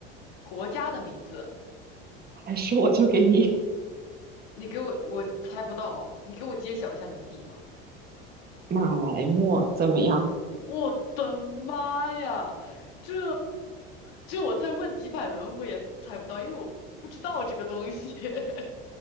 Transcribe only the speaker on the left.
国家的名字，
你给我，我猜不到哦，你给我揭晓一下谜底吧。
我的妈呀，这这我再问几百轮我也猜不到，因为我不知道这个东西。<laughs>